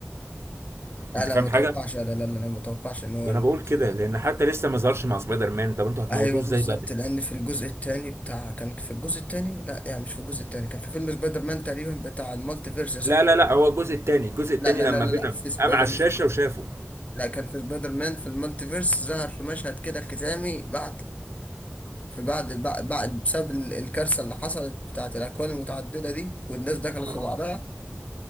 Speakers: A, on the left; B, on the right.
A: لا
B: انت
A: لا
B: فاهم
A: ما
B: حاجه
A: توقعش لا لا لا لا، ما توقعش ان هو
B: ما
A: يموت
B: انا بقول كده
A: ده.
B: لان حتى لسه ما ظهرش مع سبايدر مان طب انتوا هتموتوه
A: ايوه
B: ازاي
A: بالظبط
B: بقى
A: لان في الجزء الثاني بتاع كان في الجزء الثاني لا يعني مش في الجزء الثاني كان في فيلم سبايدر مان تقريبا بتاع المالتي فيرس صح
B: لا لا لا هو الجزء التاني الجزء التاني
A: لا لا
B: لما
A: لا لا
B: فينوم
A: لا في سبايدر
B: قام على الشاشه وشافه
A: لا كان في سبايدر مان في المالتي فيرس ظهر في مشهد كده ختامي بعد في بعد بعد, بعد بسبب ال- الكارثه اللي حصلت بتاعت الاكوان المتعدده دي والناس دخلت
B: اه
A: في الله بعضها